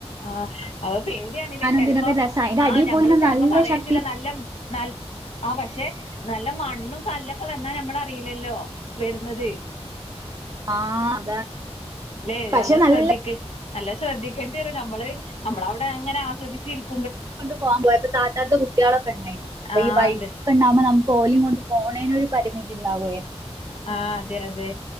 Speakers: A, on the left; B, on the right.
A: ആഹ അത് പേടിയണില്ലേ ചെിലപ്പോ
B: ഇതിനൊക്കെ രസാ അയിന്റെ അടി
A: ആഹ് ഞമ്മള്
B: പോയിന്ന
A: ചെിലപ്പോ
B: നല്ല
A: പറയാനറ്റില്ല
B: ശക്തി
A: നല്ല ന <inaudible> ആ പക്ഷെ. നല്ല മണ്ണും കല്ലൊക്കെ വന്നാ നമ്മളറിയില്ലല്ലോ വരുന്നത് <inaudible> <unintelligible>
B: ആഹ് <inaudible> <unintelligible>
A: ലേ
B: പക്ഷെ
A: അന്ത
B: നല്ല
A: ശ്രദ്ധക്ക് <unintelligible> നല്ല ശ്രദ്ധിക്കേണ്ടി വരും നമ്മള് നമ്മള അവിടെ അങ്ങനെ ആസ്വദിച്ചിരിക്ക.
B: കൊണ്ടണ്ട് പോകാൻ പോയ താറ്റാത്ത കുട്ടികളൊക്കെ ഉണ്ടായിന് അപ്പൊ
A: ആഹ്
B: ഈൈൊക്കെണ്ടാക്പോ
A: അതെ
B: നക്ക് <inaudible> <unintelligible> കോളി കൊണ്ട് പോണേനൊ ഒരു പരിമിതി ഇ ഉണ്ടാവയേ
A: ആഹ അതെ അതെ